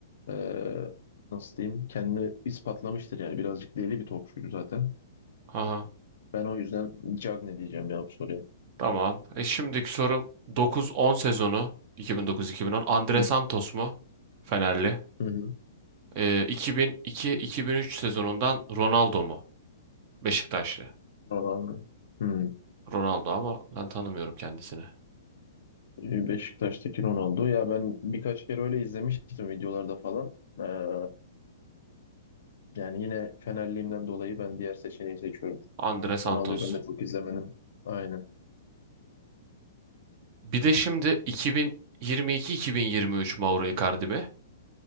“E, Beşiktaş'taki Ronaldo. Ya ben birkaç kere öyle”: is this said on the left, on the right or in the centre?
Left